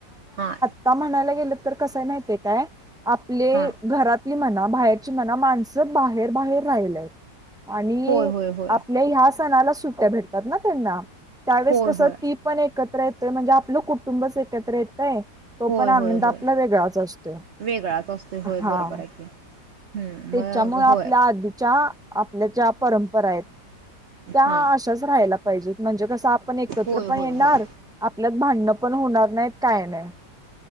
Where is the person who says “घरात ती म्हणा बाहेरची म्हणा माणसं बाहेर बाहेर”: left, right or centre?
Centre